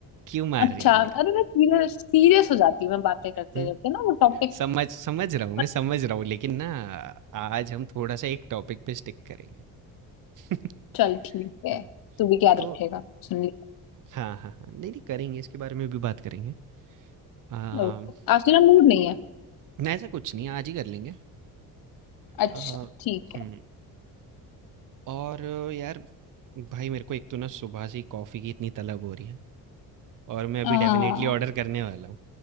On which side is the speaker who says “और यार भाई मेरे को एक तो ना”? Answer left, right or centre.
Right